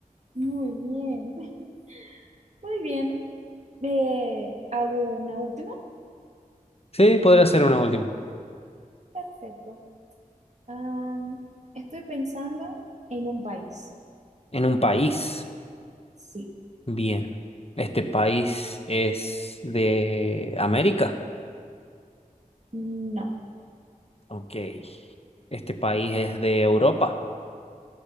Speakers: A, on the right; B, on the left.
A: Muy bien, <laughs> muy bien. Eh, hago una última.
B: Sí, podría ser una última.
A: Perfecto. Am, estoy pensando en un país.
B: En un país.
A: Sí,
B: Bien. Este país es de América.
A: no,
B: Ok. Este país es de Europa.